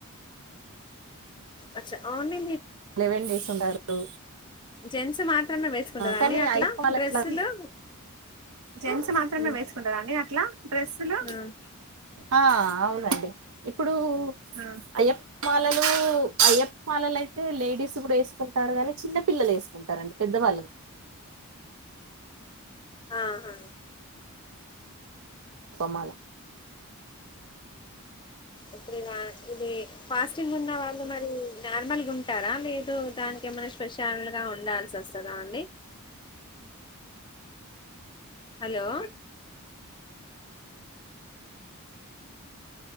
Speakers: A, on the left; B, on the right.
A: అచ్చ ఆవునండి
B: లెవెన్ డేస్ ఉంటారు
A: జెంట్స్ మాత్రమే వేసుకుంటారా
B: కానీ
A: అండి అట్లా
B: అయ్యప్ప మాల
A: డ్రెస్సులు
B: ఇట్ల జెంట్స్ మాత్రమే
A: ఉమ్,
B: వేసుకుంటారు అండి ట్లా డ్రెస్లో
A: ఉమ్.
B: ఆ అవునండి ఇప్పుడు అయ్యప్ప మాలలు అయ్యప్పమాలలు అయి అయితే లేడీస్ కూడా వేసుకుంటారు గాని చిన్న పిల్లలు వేసుకుంటారండి పెద్దవాళ్ళు
A: ఆహా
B: ప్పమాల
A: ఇప్పుడు ఇ ఇది ఫాస్టింగ్ ఉన్న వాళ్ళు మరి నార్మల్గా ఉంటారా లేదు దానికి ఏమైనా స్పెషల్గా ఉండాల్సి వస్తుందా అండి హలో